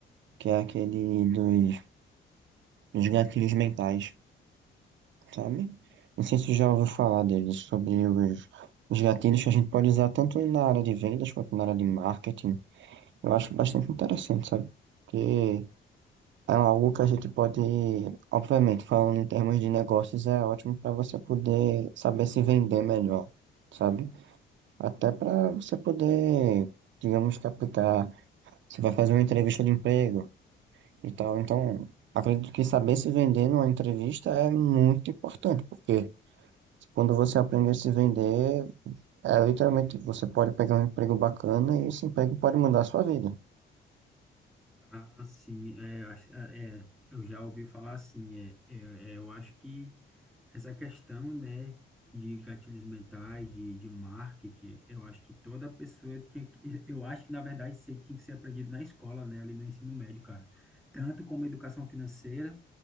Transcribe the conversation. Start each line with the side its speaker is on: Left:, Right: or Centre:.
Right: que é aquele dos, dos gatilhos mentais, sabe? Não sei se você já ouviu falar dele sobre os, os gatilhos que a gente pode usar tanto na área de vendas quanto na área de marketing. Eu acho bastante interessante, sabe? Porque é algo que a gente pode, obviamente, falando em termos de negócios, é ótimo para você poder saber se vender melhor, sabe? Até para você poder, digamos, captar. Você vai fazer uma entrevista de emprego e tal. Então, acredito que saber se vender numa entrevista é muito importante, porque quando você aprende a se vender, é literalmente você pode pegar um emprego bacana e esse emprego pode mudar a sua vida.
Centre: Ah, sim, é, acho- é, é, eu já ouvi falar assim, é, é, é, eu acho que essa questão, né, de gatilhos mentais, de, de marketing, eu acho que toda pessoa tinha que, eu acho que, na verdade, isso aí tinha que ser aprendido na escola, né, ali no ensino médio, cara. Tanto como educação financeira,